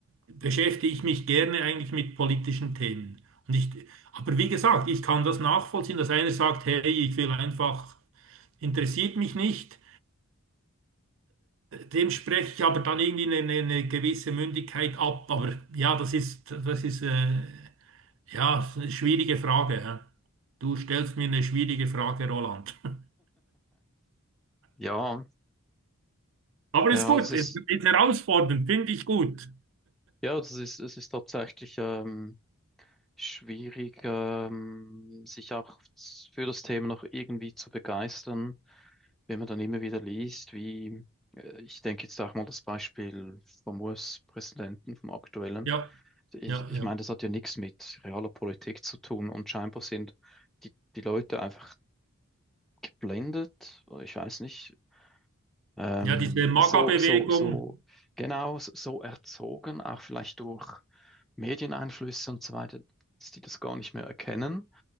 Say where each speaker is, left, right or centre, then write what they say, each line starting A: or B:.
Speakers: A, on the right; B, in the centre.
A: beschäftige ich mich gerne eigentlich mit politischen Themen. Und ich, aber wie gesagt, ich kann das nachvollziehen, dass einer sagt, hey, ich will einfach, interessiert mich nicht. Dem spreche ich aber dann irgendwie eine, eine gewisse Mündigkeit ab. Aber ja, das ist, das ist, äh, ja, eine schwierige Frage. hä? Du stellst mir eine schwierige Frage, Roland. <laughs>
B: Ja,
A: Aber
B: ja,
A: ist gut,
B: das ist,
A: ist, ist herausfordernd, finde ich gut.
B: ja, das ist, es ist tatsächlich ähm, schwierig, ähm, sich auch für das Thema noch irgendwie zu begeistern, wenn man dann immer wieder liest, wie äh, ich denke jetzt auch mal das Beispiel vom US-Präsidenten, vom aktuellen.
A: Ja,
B: Ich,
A: ja,
B: ich
A: ja.
B: meine, das hat ja nichts mit realer Politik zu tun und scheinbar sind die, die Leute einfach geblendet, oder ich weiß nicht, ähm,
A: Ja, diese MAGA-Bewegung.
B: so, so, so, genau, so so erzogen, auch vielleicht durch Medieneinflüsse und so weiter, dass die das gar nicht mehr erkennen